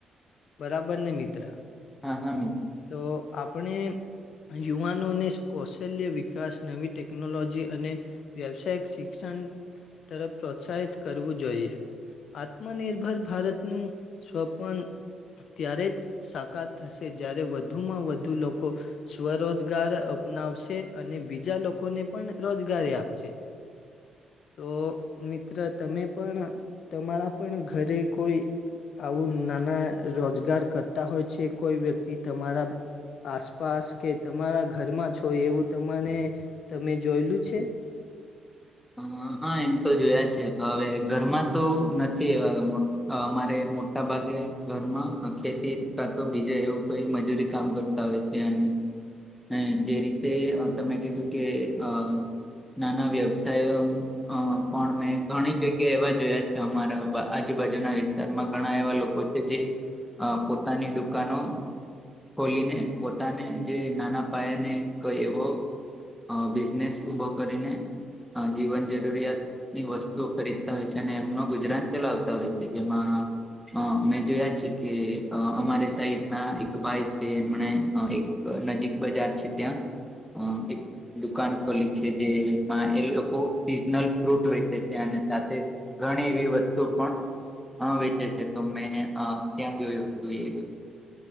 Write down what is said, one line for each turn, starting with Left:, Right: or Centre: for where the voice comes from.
Left: બરાબર ને મિત્ર?
Centre: હા હા મીત.
Left: તો આપણે યુવાનોને કૌશલ્ય, વિકાસ, નવી ટેકનોલોજી અને વ્યવસાયિક શિક્ષણ તરફ પ્રોત્સાહિત કરવું જોઈએ. આત્મનિર્ભર ભારતનું સ્વ પણ ત્યારે જ સાકાર થશે જ્યારે વધુમાં વધુ લોકો સ્વરોજગાર અપનાવશે અને બીજા લોકોને પણ રોજગારી આપશે. તો મિત્ર તમે પણ તમારા પણ ઘરે કોઈ આવું નાના રોજગાર કરતા હોય છે, કોઈ વ્યક્તિ તમારા આસપાસ કે તમારા ઘરમા જ હોય એવું તમાને તમે જોયેલું છે?
Centre: હ હા એમ તો જોયા છે. હવે ઘરમાં તો નથી એવા અમારે મોટા ભાગે ઘરમાં અ ખેતી કાંતો બીજે એવું કોઈ મજૂરી કામ કરત તાં હોય છેનું. હ જે રીતે તમે કીધું કે અ નાના વ્ય સાયોમ અ પણ મેં ઘણી જગ્યા એવા જોયા છે અમારા આજુબાજુના વિસ્તારમાં. ઘણા એવા લોકો છે જે અ પોતાની દુકાનો ખોલીને પોતાને જે નાના પાયા ને કોઈ એવો અ બિઝનેસ ઊભો કરીને અ જીવન જરૂરિયાત ની વસ્તુઓ ખરીદતા હોય છે અને એમનો ગુજરાન ચલાવતા હોય છે. જેમાં હ મેં જોયા છે કે અમારે સાઈડ ના એક ભાઈ છે, એમને નજીક બજાર છે. ત્યાં અ એક દુકાન ખોલી છે જે અ એ લોકો સીઝનલ ફ્રૂટ વેચે છે અને સાથે ઘણી એવી વસ્તુ પણ હા વેચે છે, તો મેં અ ત્યાં જોયું હતું એ.